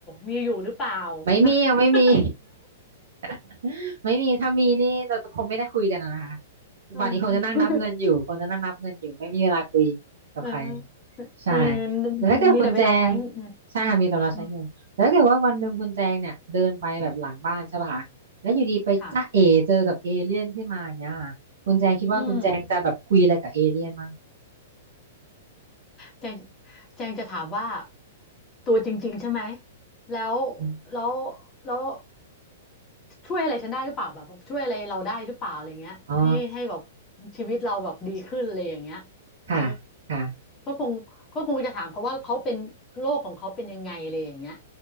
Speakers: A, on the left; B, on the right.
A: มีอยู่หรือเปล่ามีปะ
B: ไม่มีอ่ะไม่มี
A: <laughs>
B: <laughs> ไม่มีถ้ามีนี่เราจะคงไม่ได้คุยกันอะนะคะ
A: เออ
B: วันนี้คงจะนั่งนับเงินอยู่คงจะนั่งนับเงินอยู่ไม่มีเวลาคุยกับใคร
A: เออ
B: ใช่
A: เออ
B: แล้วถ้าเกิดคุณแจง
A: มีแต่เวลาใช้เงิน
B: ใช่ค่ะมีแต่เราใช้เงินแล้วถ้าเกิดว่าวันหนึ่งคุณแจงเนี่ยเดินไปแบบหลังบ้านใช่ป่ะคะแล้วอยู่ดีไปจ้าเอเจอกับเอเลี่ยนขึ้นมาอย่างเงี้ยค่ะคุณแจงคิดว่าคุณแจงจะแบบคุยอะไรกับเอเลี่ยนมั้ง
A: อืมค่ะอืม แจงแจงจะถามว่าตัวจริงๆใช่ไหมแล้ว
B: อืม
A: แล้วแล้วช่วยอะไรฉันได้หรือเปล่าแบบช่วยอะไรเราได้หรือเปล่าอะไรเงี้ยให้ให้แบบ
B: อ๋อ
A: ชีวิตเราแบบดีขึ้นอะไรอย่างเงี้ยเออ
B: ค่ะค่ะ
A: ก็คงก็คงจะถามเขาว่าเขาเป็นโรคของเขาเป็นยังไงอะไรอย่างเงี้ย